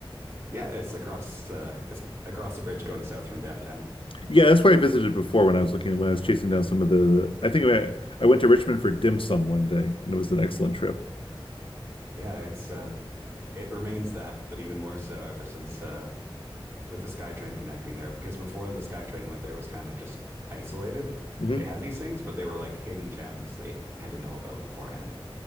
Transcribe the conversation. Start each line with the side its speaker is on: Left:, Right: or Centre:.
Right: Yeah, it's across uh, it's across the bridge going south from downtown.
Left: Yeah, that's where I visited before when I was looking when I was chasing down some of the. I think I, I went to Richmond for dim sum one day, and it was an excellent trip.
Right: Yeah, it's uh, it remains that, but even more so ever since uh, with the SkyTrain connecting there. Because before the SkyTrain went there, it was kind of just isolated.
Left: hmm
Right: They had these things, but they were like hidden gems they had to know about beforehand.